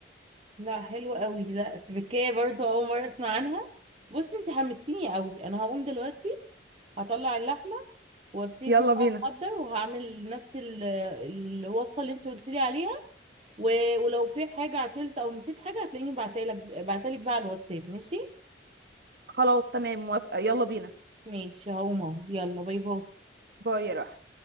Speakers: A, on the right; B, on the right.
A: لا حلو قوي لا تركية برضه اول مره اسمع عنها بصي انت حمستيني قوي انا هقوم دلوقتي هطلع اللحمه وابتدي
B: يلا
A: بقى
B: بينا
A: احضر وهعمل نفس ال- الوصفه اللي انت قلت لي عليها و- ولو في حاجه عطلت او نسيت حاجه هتلاقيني بعتلك بعتلك بقى على الواتساب ماشي
B: خلاص تمام موافقة يلا بينا
A: ماشي هقوم اهو يلا باي باي
B: باي يا راح